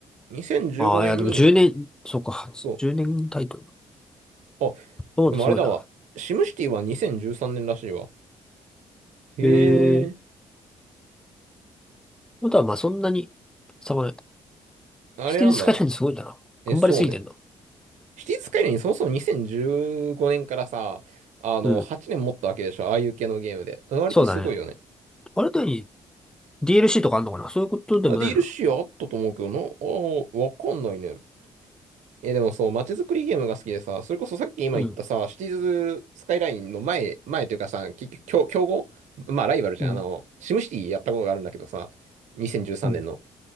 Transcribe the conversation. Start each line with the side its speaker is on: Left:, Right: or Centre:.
Right: い。2015年に、
Centre: ああ、いや、でも10年、そうか、
Right: そう。
Centre: 10年タイトル。
Right: あ、
Centre: そうだ、
Right: でもあれだわ。
Centre: すごいな。
Right: シムシティは2013年らしいわ。へ
Centre: へえ。
Right: え、
Centre: あとは、まあ、そんなに、さまない。
Right: あれなんだな。
Centre: シティスカイラインすごいんだな。
Right: え、
Centre: 頑張りすぎてんだ。
Right: そうね。シティーズ・スカイラインそもそも2015年からさ、あの、
Centre: うん。
Right: 8年持ったわけでしょ。ああいう系のゲームで。割とすごいよね。
Centre: そうだね。あれだに DLC とかあんのかなそういうことでもないな。
Right: あ、ディール l c あったと思うけどな。ああ、わかんないね。え、でもそう、街づくりゲームが好きでさ、それこそさっき今言ったさ、
Centre: うん。
Right: シティーズスカイラインの前、前というかさ、結局、競、競合まあ、ライバルじゃん。
Centre: うん。
Right: あの、シムシティやったことがあるんだけどさ、2013年の。
Centre: うん。